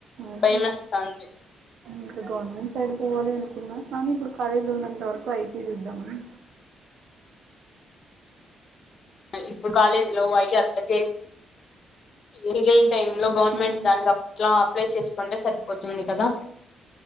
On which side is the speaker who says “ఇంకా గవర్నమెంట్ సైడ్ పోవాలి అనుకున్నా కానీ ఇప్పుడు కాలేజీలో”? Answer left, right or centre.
Right